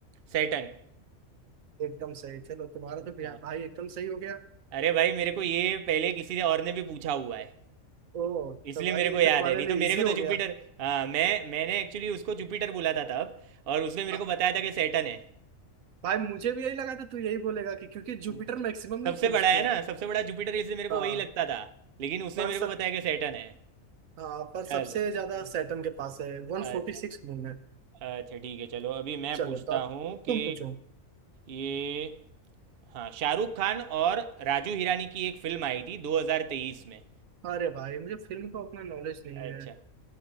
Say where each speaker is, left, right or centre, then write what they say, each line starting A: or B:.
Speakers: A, on the right; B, on the right.
A: सैटन
B: एकदम सही चलो तुम्हारा तो भैया
A: हाँ
B: भाई एकदम सही हो गया
A: अरे भाई मेरे को ये पहले किसी ने और ने भी पूछा हुआ है
B: ओ
A: इसलिए
B: तो भाई
A: मेरे
B: ये
A: को याद
B: तो तुम्हारे
A: है नहीं
B: लिए
A: तो मेरे
B: इजी
A: को
B: हो
A: तो
B: गया
A: जुपिटर हाँ मैं मैंने एक्चुअली उसको जुपिटर बोला था तब और उसने मेरे
B: हाँ,
A: को बताया था कि सैटन है
B: भाई मुझे भी यही लगा था तू यही बोलेगा कि क्योंकि
A: हम्म।
B: जुपिटर मैक्सिमम लोग
A: सबसे
B: पूछते
A: बड़ा है ना
B: हैं
A: सबसे बड़ा जुपिटर है, इसलिए मेरे को
B: हाँ
A: वही लगता था लेकिन उसने
B: पर
A: मेरे को
B: सब
A: बताया कि सैटर्न है
B: हाँ पर सबसे
A: चलो हम्म।
B: ज्यादा सैटर्न के पास है वन
A: अच्छा
B: फोर्टी सिक्स मून है
A: अच्छा ठीक है चलो अभी मैं
B: चलो
A: पूछता
B: तो अब
A: हूँ
B: तुम
A: कि
B: पूछो
A: ये हाँ शाहरुख खान और राजू हिरानी की एक फिल्म आई थी 2023 में
B: अरे भाई मुझे फिल्म का उतना नॉलेज नहीं
A: अच्छा
B: है अ,